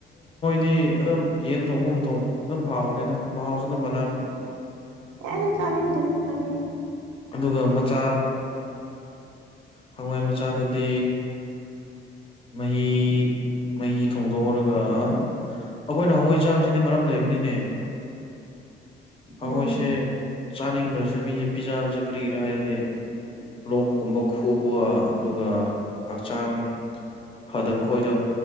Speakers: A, on the left; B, on the right.
A: ꯗꯤ ꯑꯗꯨꯝ ꯌꯦꯟ ꯊꯣꯡꯒꯨꯝ ꯊꯣꯡ ꯑꯗꯨꯝ ꯍꯥꯎꯕꯅꯤꯗ ꯑꯗꯨꯝ ꯃꯍꯥꯎꯁꯨ ꯑꯗꯨꯝ ꯃꯥꯟꯅꯕꯅꯦ
B: ꯑꯦ ꯆꯥꯅꯤꯡꯗꯦꯗ ꯀꯔꯤꯅꯣ
A: ꯑꯗꯨꯒ ꯃꯆꯥ ꯍꯪꯉꯣꯏ ꯃꯆꯥꯗꯨꯗꯤ ꯃꯍꯤ ꯃꯍꯤ ꯊꯣꯡꯗꯣꯛꯎꯔꯒ ꯑꯩꯈꯣꯏꯅ ꯍꯪꯉꯣꯏ ꯆꯥꯕꯁꯤꯗꯤ ꯃꯔꯝ ꯂꯩꯕꯅꯤꯅꯦ ꯑꯩꯈꯣꯏꯁꯦ
B: ꯎꯝ
A: ꯆꯥꯅꯤꯡꯗ꯭ꯔꯁꯨꯦ ꯃꯤꯁꯦ ꯄꯤꯖꯥꯕꯁꯦ ꯀꯔꯤꯒꯤꯔꯥ ꯍꯥꯏꯔꯗꯤ ꯂꯣꯛꯀꯨꯝꯕ ꯈꯨꯕ ꯑꯗꯨꯒ ꯍꯛꯆꯥꯡ ꯐꯗꯕ ꯀꯣꯏꯗꯣ